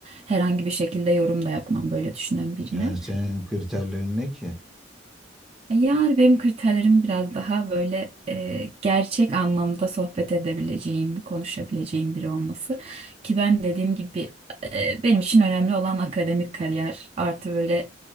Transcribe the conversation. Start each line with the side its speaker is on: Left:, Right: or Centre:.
Right: Herhangi bir şekilde yorum da yapmam böyle düşünen birine.
Centre: Yani senin kriterlerin ne ki?
Right: Yani benim kriterlerim biraz daha böyle e, gerçek anlamda sohbet edebileceğim, konuşabileceğim biri olması. Ki ben dediğim gibi e, benim için önemli olan akademik kariyer artı böyle